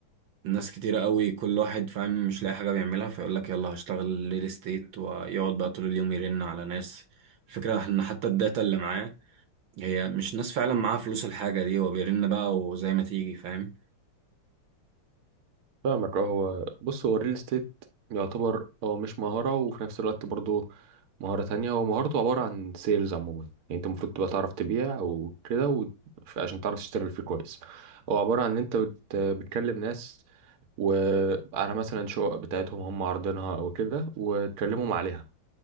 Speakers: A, on the right; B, on the right.
A: الناس كتيرة قوي كل واحد فاهم مش لاقي حاجة بيعملها فيقول لك يلا هشتغل ريل استيت ويقعد بقى طول اليوم يرن على ناس الفكرة ان حتى الداتا اللي معاه هي مش ناس فعلا معاها فلوس الحاجة دي هو بيرن بقى وزي ما تيجي فاهم
B: فاهمك اه هو بص هو الريل استيت يعتبر هو مش مهارة وفي نفس الوقت برضه مهارة تانية هو مهارته عبارة عن سيلز عموما يعني انت المفروض تبقى تعرف تبيع او كده و... ف- عشان تعرف تشتغل فيه كويس هو عبارة عن ان انت بت... بتكلم ناس وعلى مثلا شقق بتاعتهم هم عارضينها او كده وتكلمهم عليها